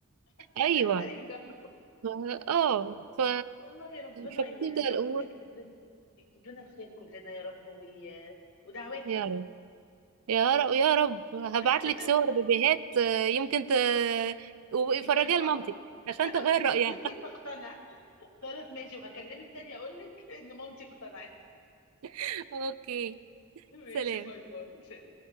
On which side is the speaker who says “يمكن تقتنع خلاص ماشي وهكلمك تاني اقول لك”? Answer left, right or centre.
Left